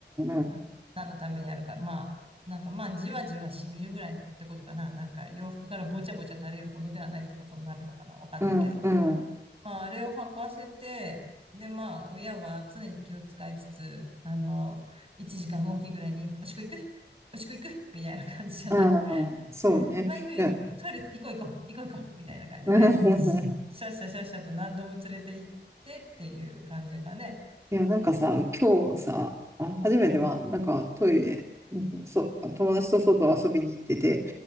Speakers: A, on the right; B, on the right.
A: うん、
B: あの、何のためにあるか。まあ、なんかまあ、じわじわ染みるぐらいってことかな。なんか、洋服からぼちゃぼちゃ垂れるほどではないってことになるのかな。わかんないけど。
A: うん、うん、
B: まあ、あれを履かせて、で、まあ、親は常に気を使いつつ、あの、1時間おきぐらいに、おしっこ行くおしっこ行くみたいな感じじゃない
A: うん、うんそうね。
B: で、まあ、いいよいいよ、
A: いや、
B: トイレ行こう行こう、行こう行こう、みたいな感じで、
A: <laughs>
B: ししゃしゃしゃしゃと何度も連れて行ってっていう感じかね。
A: いや、なんかさ、今日さ、あ、初めては、
B: うん、
A: なんかトイレ、うんそう、友達と外遊びに行ってて、